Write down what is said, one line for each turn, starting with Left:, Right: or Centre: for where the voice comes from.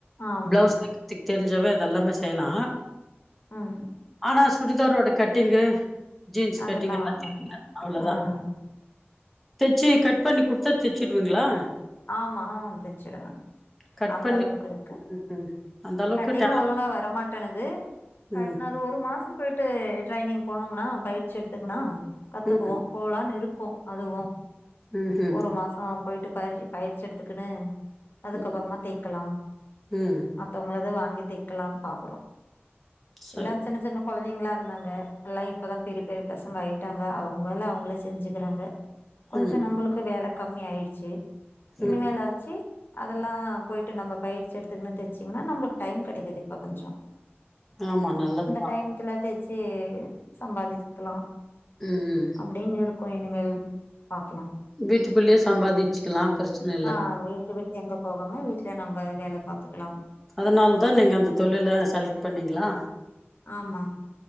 Left: ஆமா
Centre: பிளவுஸ் தெக்கற்த்துக்கு தெரிஞ்சவே அதெல்லாமே செய்யலா
Left: ம்
Centre: ஆனா சுடிதாரோட கட்டிங்கு ஜீன்ஸ்
Left: அதெல்லா
Centre: கட்டிங் எல்லா
Left: வர
Centre: தெரியில
Left: மாட்டேன்து
Centre: அவ்ளோதா
Left: ம்
Centre: தெச்சி கட் பண்ணி குட்த்தா தெச்சுடுவீங்ளா
Left: ஆமா தெச்சுடுவே
Centre: கட்
Left: அந்த
Centre: பண்ணி
Left: அளவுக்கு இருக்கு
Centre: ம்ஹ்ம் அந்த அளவுக்கு
Left: கட்டிங்
Centre: டேலண்ட்
Left: ஒழுங்கா வர மாட்டனுது <unintelligible>
Centre: ம்
Left: ஒரு மாசம் போய்ட்டு டிரைனிங் போனோங்கனா பயிற்சி எடுத்துக்குனா கத்துக்குவோ
Centre: ம்
Left: போலான் இருக்கோ அதுவு
Centre: ம்ஹும்
Left: ஒரு மாசோ போயிட்டு பயிற்சி பயிற்சி எடுத்துக்குனு அதுக்கப்புறமா
Centre: ம்
Left: தெக்கலா
Centre: ம்
Left: மத்தவங்களத வாங்கி தெக்கலான் பாக்குறோ
Centre: சரி
Left: இல்ல சின்ன சின்ன கொழந்தைங்ளா இருந்தாங்க எல்லா இப்பதா பெரிய பெரிய பசங்க ஆயிட்டாங்க அவுங்க வேல அவுங்களே செஞ்சிக்கிறாங்க கொஞ்ச
Centre: ம்
Left: நம்மளுக்கு வேல கம்மி ஆய்டுச்சி இனிமேலாச்சி
Centre: ம்
Left: அதெல்லா போய்ட்டு நம்ம பயிற்சி எடுத்துகுனு தெச்சிங்கனா நம்பளுக்கு டைம் கெடைக்குது இப்ப கொஞ்ச
Centre: ஆமா நல்லது
Left: டைமத்துல தெச்சி சம்பாதிச்க்கலா
Centre: ம் ம்
Left: அப்படின் இருக்கு இனிமேல் பாக்கலா
Centre: வீட்டுக்குள்ளயே சாம்பாதி க்கலா பிரச்சன
Left: ஆ வீட்ட விட்டு எங்க போகாம வீட்டு்லயே நம்ப வேல பாத்துக்கலா
Centre: அதனால தா நீங்க அந்த தொழில செலக்ட் பண்ணீங்ளா
Left: ஆமா